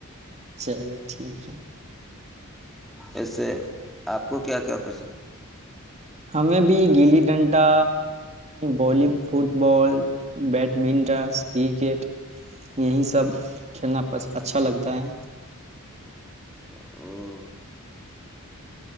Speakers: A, on the right; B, in the centre.
A: چلیے ٹھیک ہے
B: ایسے آپ کو کیا کیا پسند
A: ہمیں بھی گلی ڈنٹا بی football badminton chess cricket یہی سب <unintelligible> کھیلنا پس اچھا لگتا ہے
B: ا <unintelligible>